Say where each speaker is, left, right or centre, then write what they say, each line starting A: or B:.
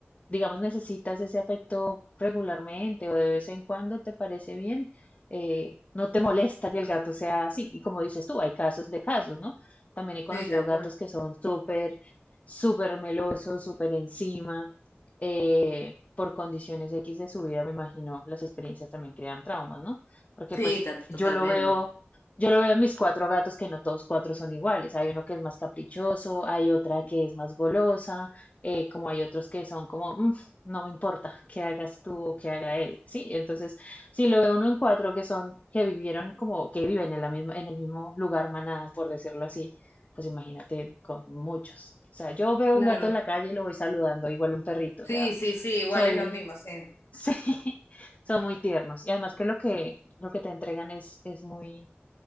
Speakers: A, on the left; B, on the left.
A: digamos, necesitas ese afecto regularmente o de vez en cuando, ¿te parece bien? Eh, no te molesta que el gato sea así. Y como dices tú, hay casos de casos, ¿no? También he conocido
B: sí, tal
A: gatos
B: cual.
A: que son súper, súper melosos, súper encima, eh, por condiciones X de su vida, me imagino, las experiencias también crean traumas, ¿no? Porque
B: Sí,
A: pues
B: ta- totalmente.
A: yo lo veo, yo lo veo en mis cuatro gatos que no todos cuatro son iguales. Hay uno que es más caprichoso, hay otra que es más golosa, eh, como hay otros que son como, "Mm, no me importa que hagas tú o que haga él, ¿sí? Entonces, si lo ve uno en cuatro que son, que vivieron como, que viven en la misma, en el mismo lugar, manada, por decirlo así, pues imagínate con muchos. O sea, yo veo
B: Claro.
A: un gato en la calle y lo voy saludando, igual un perrito,
B: Sí,
A: o sea,
B: sí, sí, igual
A: soy,
B: es lo mismo, sí.
A: <laughs> sí, son muy tiernos. Y además que lo que, lo que te entregan es, es muy